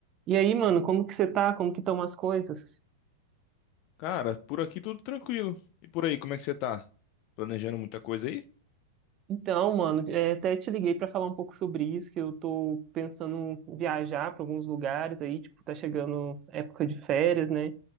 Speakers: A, on the right; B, on the left.
A: E aí, mano, como que você tá? Como que estão as coisas?
B: Cara, por aqui tudo tranquilo. E por aí, como é que você tá? Planejando muita coisa aí?
A: Então, mano, é, até te liguei pra falar um pouco sobre isso, que eu tô pensando em viajar pra alguns lugares aí, tipo, tá chegando época de férias, né?